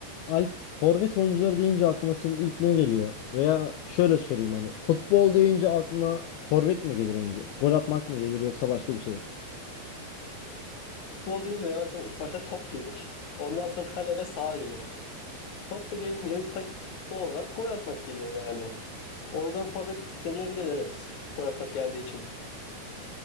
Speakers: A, on the left; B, on the left.
A: Alp, forvet oyuncuları deyince aklına senin ilk ne geliyor? Veya şöyle sorayım hani futbol deyince aklına forvet mi gelir önce? Gol atmak mı gelir yoksa başka bir şey mi?
B: Futbol deyince benim aklıma ilk başta top gelir. Ondan sonra kale ve saha gelir. Top da gelince tak doğal olarak gol atmak geliyor yani. O yüzden forvet denilebilir evet. Gol atmak geldiği için.